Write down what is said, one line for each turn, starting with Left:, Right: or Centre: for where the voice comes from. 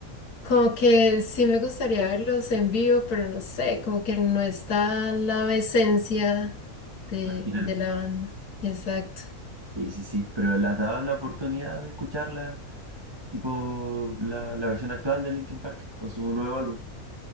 Left: como que sí me gustaría verlos en vivo, pero no sé, como que no está la esencia de,
Right: Original.
Left: de la banda. Exacto.
Right: Sí, sí, sí. Pero las daba la oportunidad de escucharla tipo la, la versión actual de Linkin Park con su nuevo álbum.